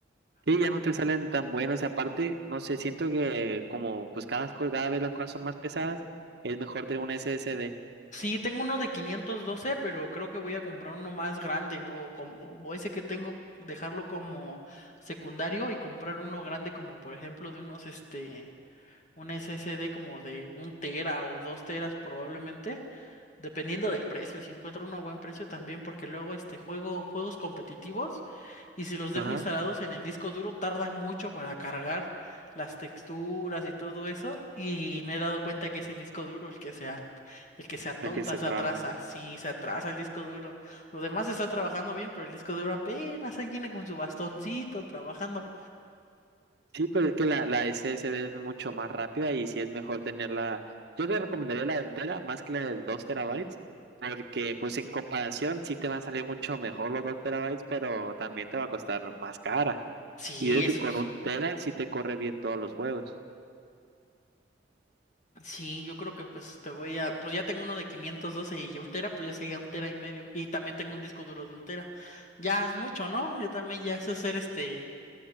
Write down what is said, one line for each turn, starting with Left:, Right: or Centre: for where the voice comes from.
Right: Sí,
Left: Por
Right: ya
Left: ejemplo,
Right: no te salen tan buenos. Y aparte, no sé, siento que como pues cada, co- cada vez las cosas son más pesadas, es mejor tener una SSD.
Left: sí, tengo uno de 512, pero creo que voy a comprar uno más grande o, com- o ese que tengo, dejarlo como secundario y comprar uno grande como, por ejemplo, de unos, este, un SSD como de un tera o dos teras probablemente Dependiendo del precio, si encuentro uno a buen precio también, porque luego este juego juegos competitivos y si los dejo
Right: Ajá,
Left: instalados en el disco duro tardan mucho para cargar las texturas y todo eso y me he dado cuenta que es el disco duro el que se at- el que se atonta,
Right: la que se
Left: se
Right: traba.
Left: atrasa, sí, se atrasa el disco duro. Lo demás está trabajando bien, pero el disco duro apenas ahí viene con su bastoncito trabajando.
Right: Sí, pero es que la, la SSD es mucho más rápida y sí es mejor tenerla. Yo te recomendaría la del Tera más que la del 2 terabytes, porque pues en comparación sí te va a salir mucho mejor los 2 terabytes, pero también te va a costar más cara.
Left: Sí,
Right: Y es
Left: eso
Right: que con
Left: sí.
Right: un tera sí te corre bien todos los juegos.
Left: Sí, yo creo que pues te voy a, pues ya tengo uno de 512 y un tera, pues ya sería un tera y medio. Y también tengo un disco duro de un tera. Ya es mucho, ¿no? Yo también ya sé ser este